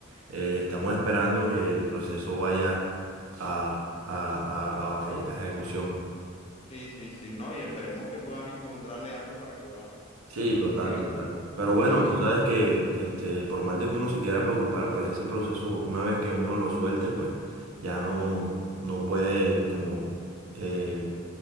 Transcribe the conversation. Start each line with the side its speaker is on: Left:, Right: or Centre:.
Right: eh, estamos esperando que el proceso vaya a, a, a, a eje- a ejecución.
Left: Sí, sí, sí, no, y esperemos que puedan encontrarle algo para cobrar
Right: Sí,
Left: esos
Right: total,
Left: dineros,
Right: total. Pero bueno,
Left: ¿no?
Right: tú
Left: Y,
Right: sabes
Left: y-
Right: que este, por más de que uno se quiera preocupar, pues ese proceso, una vez que uno lo suelte, pues ya no, no puede como eh,